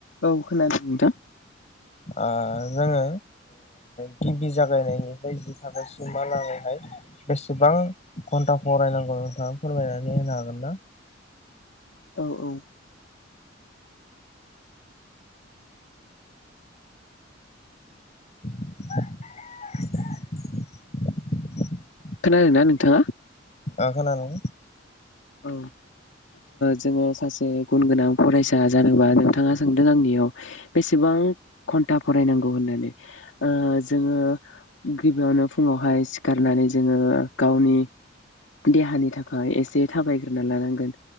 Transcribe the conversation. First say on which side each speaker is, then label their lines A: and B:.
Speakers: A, on the left; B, on the left.
A: औ खोनादों नोंथां।
B: ओ जोङो गिबि जागायनायनिफ्राय जि थाखोसिमालागैहाय बेसेबां घन्टा फरायनांगौ नोंथाङा फोरमायनानै होनो हागोन ना?
A: औ औ
B: <inaudible>
A: खोनादोंना नोंथाङा?
B: अ खोनादों।
A: औ जोङो ओ सासे गुन गोनां फरायसा जानोबा नोंथाङा सोंदों आंनियाव बेसेबां घन्टा फरायनांगौ होननानै ऐ जोङो गिबियावनो फुङावहाय सिखारनानै जोङो गावनि देहानि थाखाय एसे जे थाबायग्रोना लानांगोन।